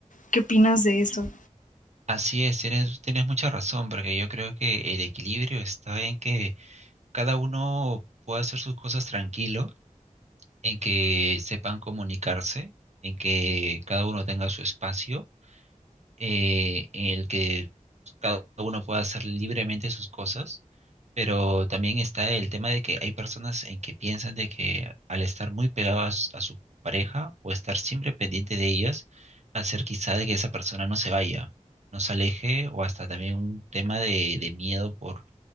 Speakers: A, on the left; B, on the right.
A: ¿Qué opinas de eso?
B: Así es, tienes, tienes mucha razón, porque yo creo que el equilibrio está en que cada uno pueda hacer sus cosas tranquilo, en que sepan comunicarse, en que cada uno tenga su espacio eh, en el que cada uno pueda hacer libremente sus cosas, pero también está el tema de que hay personas en que piensan de que al estar muy pegadas a su pareja o estar siempre pendiente de ellas, va a ser quizá de que esa persona no se vaya, no se aleje o hasta también un tema de, de miedo por,